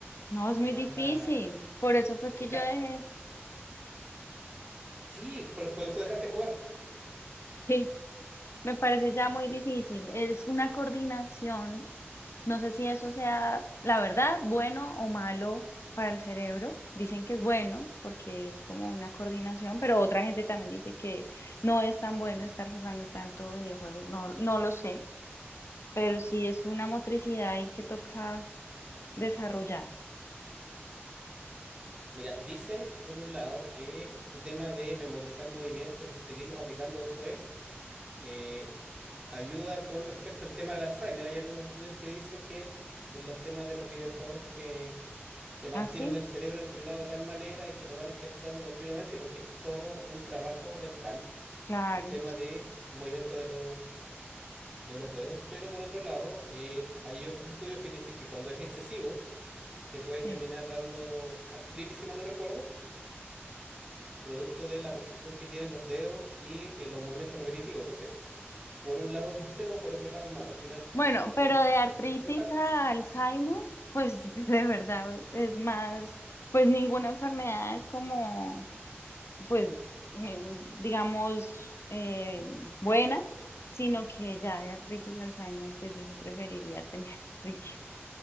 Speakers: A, on the left (about 75°); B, on the right (about 25°).
A: No, es
B: más
A: muy difícil.
B: la...
A: Por eso fue que
B: Y ca-
A: yo dejé. <laughs>
B: Sí, por, por eso dejaste jugar.
A: Sí, me parece ya muy difícil. Es una coordinación. No sé si eso sea, la verdad, bueno o malo para el cerebro. Dicen que es bueno porque es como una coordinación, pero otra gente también dice que no es tan bueno estar jugando tanto videojuegos. No, no lo sé. pero sí es una motricidad ahí que toca desarrollar.
B: Mira, dicen por un lado que este tema de memorizar movimientos y seguirlos aplicando después eh, Ayuda con respecto al tema del Alzheimer. Hay algunos estudios que dicen que el- en los temas de los videojuegos te, te mantienen
A: ¿Ah, sí?
B: el cerebro entrenado de tal manera y te lo van ejercitando continuamente porque es todo un trabajo mental,
A: Claro,
B: el tema de movimiento de, los de los dedos. Pero por otro lado, eh, hay otros estudios que te dicen que cuando es excesivo, te puede terminar
A: sí.
B: dando artritis, si mal no recuerdo, producto de la posición que tienen los dedos y eh, los movimientos repetitivos. Entonces, por un lado es <laughs> bueno, por otro lado es malo. Al final...
A: Bueno, pero
B: Yo creo que
A: de
B: como
A: artritis
B: cualquier cosa,
A: a Alzheimer, pues <laughs> de verdad es más, pues ninguna enfermedad es como, pues, mm, digamos, eh, buena, sino que ya de artritis a Alzheimer, pues yo sí preferiría tener. <laughs>